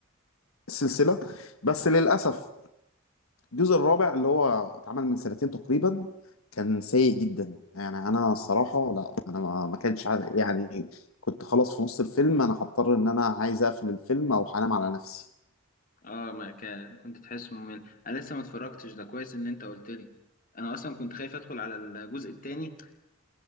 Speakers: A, on the left; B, on the left.
A: السلسلة بس للأسف الجزء الرابع اللي هو اتعمل من سنتين تقريبا كان سيء جدا يعني أنا الصراحة لا أنا ما ما كانش عارف- يعني كنت خلاص في نص الفيلم أنا هضطر إن أنا عايز أقفل الفيلم أو هنام على نفسي
B: اه ما كان كنت تحسه ممل انا لسه ما اتفرجتش ده كويس ان انت قلت لي انا اصلا كنت خايف ادخل على الجزء الثاني